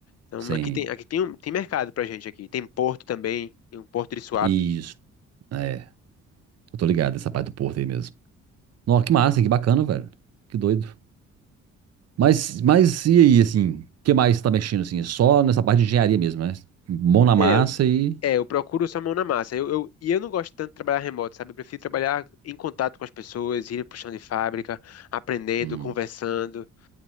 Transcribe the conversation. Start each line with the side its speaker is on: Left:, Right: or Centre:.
Left: Então
Right: sim.
Left: aqui tem, aqui tem, um, tem mercado pra gente aqui. Tem porto também, tem um porto de swap.
Right: Isso. É, eu tô ligado nessa parte do Porto aí mesmo. Nossa, que massa, que bacana, velho. Que doido. Mas, mas e aí, assim, o que mais você tá mexendo, assim? É Só nessa parte de engenharia mesmo, né? Mão na massa
Left: É, eu-
Right: e...
Left: é, eu procuro essa mão na massa. Eu, eu- e eu não gosto tanto de trabalhar remoto, sabe? Eu prefiro trabalhar em contato com as pessoas, ir pro chão de fábrica, aprendendo,
Right: Hum,
Left: conversando.